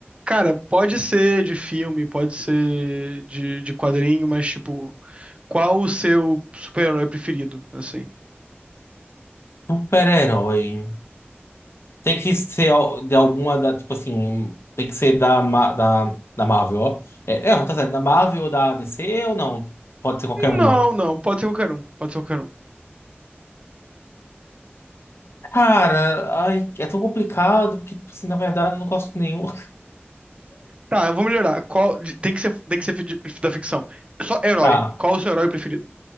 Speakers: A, on the right (about 30°); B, on the left (about 75°).
A: Cara, pode ser de filme, pode ser de, de quadrinho, mas tipo, qual o seu super-herói preferido, assim?
B: Super-herói. Tem que ser al- de alguma da, tipo assim, tem que ser da, Ma- da, da Marvel, ó. É, é, não, tá certo. Da Marvel ou da DC ou não? Pode ser qualquer uma.
A: Não, não, pode ser qualquer um, pode ser qualquer um.
B: Cara, ai, é tão complicado, porque, tipo assim, na verdade, eu não gosto de nenhum. <laughs>
A: Tá, eu vou melhorar. Qual, de- tem que ser, tem que ser fi- de- da ficção. É Só herói.
B: Tá.
A: Qual o seu herói preferido?